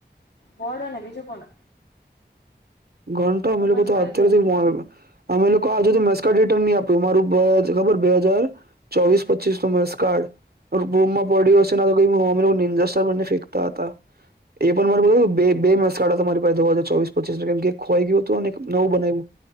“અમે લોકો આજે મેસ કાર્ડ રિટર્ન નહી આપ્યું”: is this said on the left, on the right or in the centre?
Right